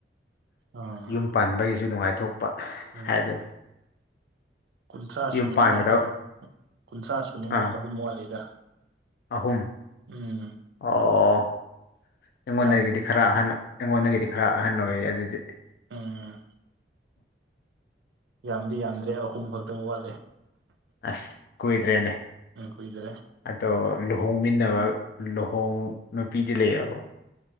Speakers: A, on the right (about 85°); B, on the left (about 60°).
A: ꯑꯥ꯫
B: ꯌꯨꯝ ꯄꯥꯟꯕꯒꯤꯁꯨ ꯅꯨꯡꯉꯥꯏꯊꯣꯛꯄ
A: ꯎꯝ
B: ꯍꯥꯏꯗꯨꯅꯤ꯫
A: ꯀꯨꯟꯊ꯭ꯔꯥ
B: ꯌꯨꯝ
A: ꯁꯨꯅꯤꯡꯉꯥꯏ
B: ꯄꯥꯟꯒꯗꯕ
A: ꯑ ꯀꯨꯟꯊ꯭ꯔꯥ ꯁꯨꯅꯤꯡꯉꯥꯏ
B: ꯑꯥ
A: ꯑꯍꯨꯝ ꯋꯥꯠꯂꯤꯗ꯫
B: ꯑꯍꯨꯝ꯫
A: ꯎꯝ
B: ꯑꯣ ꯑꯩꯉꯣꯟꯗꯒꯤꯗꯤ
A: ꯌꯥꯝ
B: ꯈꯔ ꯑꯍꯟ ꯑꯩꯉꯣꯟꯗꯒꯤꯗꯤ ꯈꯔ ꯑꯍꯟ ꯑꯣꯏꯌꯦ ꯑꯗꯨꯗꯤ
A: ꯎꯝ ꯌꯥꯝꯗꯤ ꯌꯥꯝꯗ꯭ꯔꯦ ꯑꯍꯨꯝ ꯈꯛꯇꯪ ꯋꯥꯠꯂꯦ
B: ꯑꯁ ꯀꯨꯏꯗ꯭ꯔꯦꯅꯦ
A: ꯎꯝ ꯀꯨꯏꯗ꯭ꯔꯦ
B: ꯑꯗꯣ ꯂꯨꯍꯣꯡꯃꯤꯟꯅꯕ ꯂꯨꯍꯣꯡ ꯅꯨꯄꯤꯗꯤ ꯂꯩꯔꯕꯣ